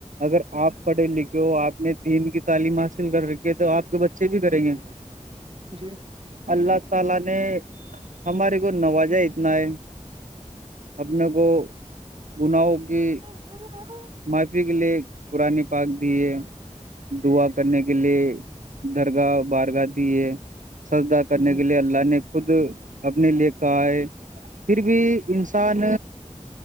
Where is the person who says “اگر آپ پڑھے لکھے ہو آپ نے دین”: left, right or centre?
Right